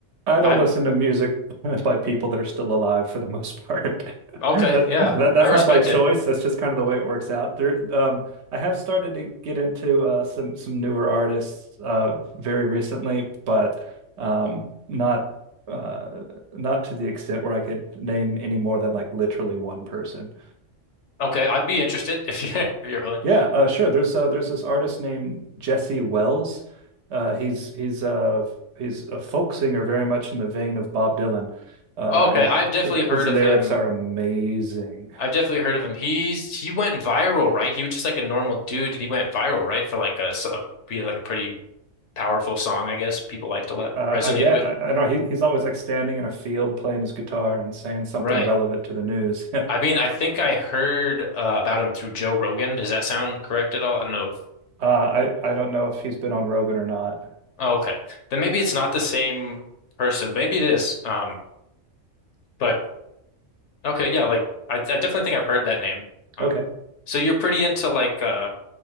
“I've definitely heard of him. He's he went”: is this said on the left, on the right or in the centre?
Left